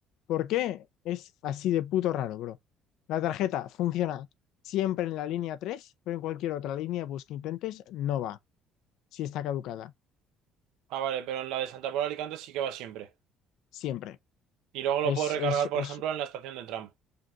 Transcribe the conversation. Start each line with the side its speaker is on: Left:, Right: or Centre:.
Left: ¿Por qué? Es así de puto raro, bro. La tarjeta funciona siempre en la línea 3, pero en cualquier otra línea de bus que intentes, no va, si está caducada,
Right: Ah, vale, pero en la de Santa Pola de Alicante sí que va siempre.
Left: siempre.
Right: Y luego lo
Left: Es,
Right: puedo recargar,
Left: es,
Right: por
Left: es
Right: ejemplo, en la estación de tram.